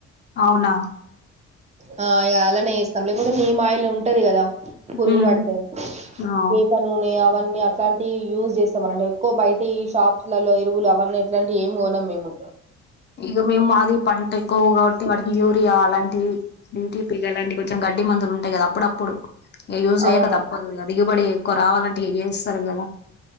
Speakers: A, on the left; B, on the right.
A: అవునా
B: ఆ ఇగ అలానే వేస్తాం లేకపోతే నీమాయిలే ఉంటది కదా పురుగు
A: ఉమ్,
B: పడితే
A: ఆ
B: ఏ నూనె అవన్నీ అట్ంటి యూజ్ చేస్తామ అంటే ఎక్కువ బయటి షాప్స్ లలో ఎరువులు అవన్నీ ఎట్లాంటి ఏం పోనా మేము
A: ఇక మేము మాదిరి పం ఎక్కువ కాబట్టి వాటికి యూరియా అలాంటి డీటిపీగా అలాంటి కొంచెం గడ్డి మందులు ఉంటాయి కదా అప్పుడప్పుడు ఏ యూజ చేయ్యాక
B: అవును
A: తప్పదు దిగుబడి ఎక్కువ రావాలంటే ఏం చేస్తారు కదా